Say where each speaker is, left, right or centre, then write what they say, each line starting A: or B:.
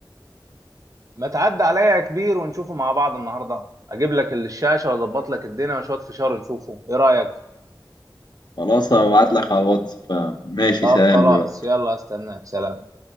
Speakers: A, on the right; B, on the left.
A: ما تعدي عليا يا كبير ونشوفه مع بعض النهارده اجيب لك الشاشه واظبط لك الدنيا وشويه فشار نشوفه ايه رايك
B: خلاص هبعت لك على الواتس فماشي
A: طب
B: سلام
A: خلاص
B: دلوقتي
A: يلا استناك سلام